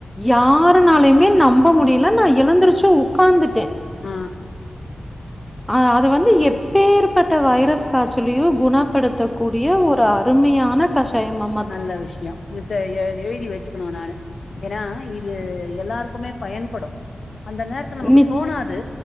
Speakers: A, in the centre; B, on the left.
A: யாருனாலயுமே நம்ப முடியல நா எழுந்துருச்சு உக்காந்துட்டே
B: ஆ
A: அ அது வந்து எப்பேற்பட்ட வைரஸ் காச்சலயு குணப்படுத்தக் கூடிய ஒரு அருமையான கஷாயமம்
B: நல்ல விஷ்யோ இத ஏ எழுதி வெச்சுக்கணு நானு ஏனா இது எல்லாருக்குமே பயன்படு அந்த நேரத் துல நமக்கு
A: நி
B: தோணாது